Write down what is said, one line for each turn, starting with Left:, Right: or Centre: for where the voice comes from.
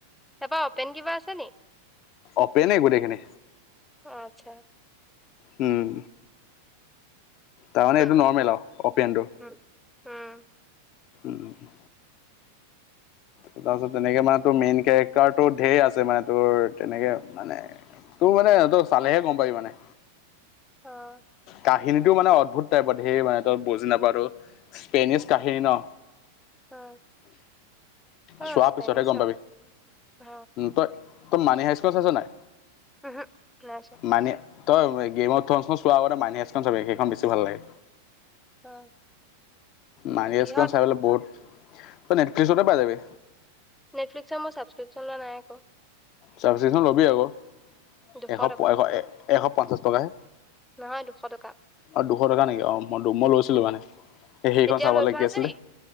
Centre: তাৰপা অপেন কিবা আছে নি?
Left: অ'পেনেই গোটেইখিনি।
Centre: আতচ্ছা।
Left: উম। তাৰমানে
Centre: উম
Left: এইটো নৰ্মেল আৰু অপিয়ানটো।
Centre: উম উম
Left: উম। তাৰপিছত তেনেকে মানে তোৰ মেইন কেৰেক্টাৰটো ধেৰ আছে মানে, তোৰ তেনেকে মানে তোৰ মানে ত চালেহে গম পাবি মানে।
Centre: অঁ।
Left: কাহিনীটো মানে অদ্ভুত টাইপৰ ধেৰ মানে, তই বুজি নাপাওতো স্পেনিছ কাহিনী ন।
Centre: অ, অ
Left: চোৱাৰ
Centre: স্পেনিছ
Left: পিছতহে গম পাবি।
Centre: অ অ
Left: তই তই মানি হাই স্কুল চাইছ নাই?
Centre: উহো নাইছোৱা।
Left: মানে তই গেমত থ চোৱাৰ আগতে, মানেহেচ খন চাবি সেইখন বেছি ভাল লাগে।
Centre: অ
Left: নাৰিছ
Centre: কিহত
Left: খন চাই পেলাই বহুত, তই নেটফ্লিক্সতে পাই যাবি।
Centre: নেটফ্লিক্স মোৰ ছাব্ক্ৰিশ্যনোৱা নাই ক।
Left: ছান্সিকছন ল'বি আকৌ,
Centre: দুশ
Left: এশ
Centre: টকা
Left: এশ এ এশ পঞ্চাশ টকাহে।
Centre: নহয় দুশ টকা।
Left: অ দুশ টকা নেকি? অ মই ডুম্ব লৈছিলো মানে, সে সেইখন
Centre: এতিয়া
Left: চাবলে
Centre: লৈ থোৱা
Left: কি
Centre: আছে
Left: আছিলে!
Centre: নি